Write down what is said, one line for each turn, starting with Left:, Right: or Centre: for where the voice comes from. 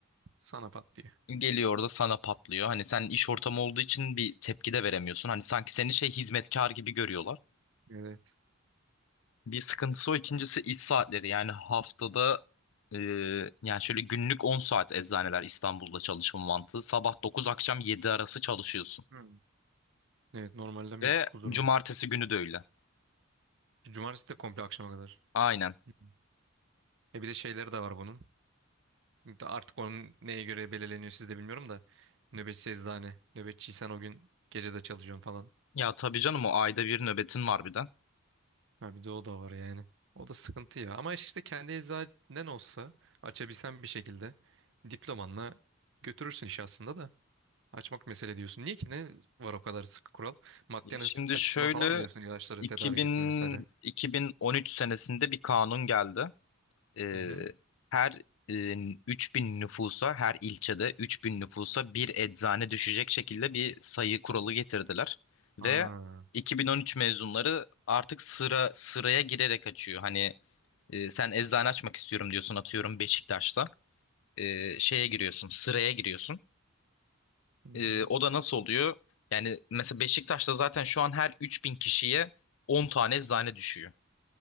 Right: sana patlıyor.
Left: Geliyor orada sana patlıyor. Hani sen iş ortamı olduğu için bir tepki de veremiyorsun. Hani sanki seni şey hizmetkar gibi görüyorlar.
Right: Evet.
Left: Bir sıkıntısı o. İkincisi iş saatleri. Yani haftada e, yani şöyle günlük 10 saat eczaneler İstanbul'da çalışma mantığı. Sabah dokuz akşam 7 arası çalışıyorsun.
Right: Hı. Evet normalden
Left: Ve
Right: bir tık uzun.
Left: cumartesi günü de öyle.
Right: Cumartesi de komple akşama kadar.
Left: Aynen.
Right: Hı E bir de şeyleri de var bunun. De Artık onun neye göre belirleniyor siz de bilmiyorum da. Nöbetçi eczane. Nöbetçiysen o gün gece de çalışıyorum falan.
Left: Ya tabii canım o ayda bir nöbetin var bir de.
Right: Ha bir de o da var yani. O da sıkıntı ya. Ama işte kendi eczanen olsa açabilsen bir şekilde diplomanla götürürsün işi aslında da. Açmak mesele diyorsun. Niye ki? Ne var o kadar sıkı kural? Maddi
Left: Ya
Right: açı-
Left: şimdi
Right: açısından
Left: şöyle
Right: falan mı diyorsun ilaçları
Left: 2000,
Right: tedarik etme vesaire?
Left: 2013 senesinde bir kanun geldi. e,
Right: Hı hı.
Left: her e, üç bin nüfusa her ilçede 3000 nüfusa bir eczane düşecek şekilde bir sayı kuralı getirdiler ve
Right: Ha.
Left: 2013 mezunları artık sıra sıraya girerek açıyor. Hani e, sen eczane açmak istiyorum diyorsun atıyorum Beşiktaş'ta E, şeye giriyorsun sıraya giriyorsun.
Right: Hı hı.
Left: E, o da nasıl oluyor? Yani mesela Beşiktaş'ta zaten şu an her 3000 kişiye 10 tane eczane düşüyor.